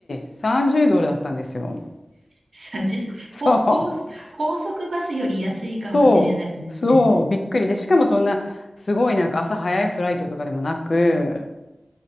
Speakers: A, on the left; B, on the right.
A: 30ドルだったんですよ。
B: 30こ高速高速バスより安いかもしれないですね。
A: そう。そう。そう。びっくり。で、しかもそんな、すごいなんか朝早いフライトとかでもなく、